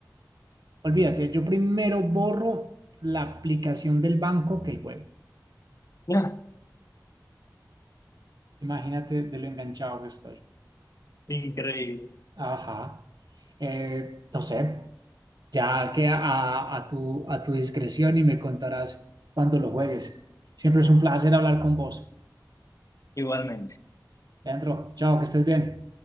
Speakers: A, on the right; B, on the left.
A: olvídate, yo primero borro la aplicación del banco que el juego.
B: <laughs>
A: Imagínate de lo enganchado que estoy.
B: Increíble.
A: Ajá. Eh, no sé, ya que a, a tu, a tu discreción y me contarás cuando lo juegues. Siempre es un placer hablar con vos.
B: Igualmente.
A: Leandro, chao, que estés bien.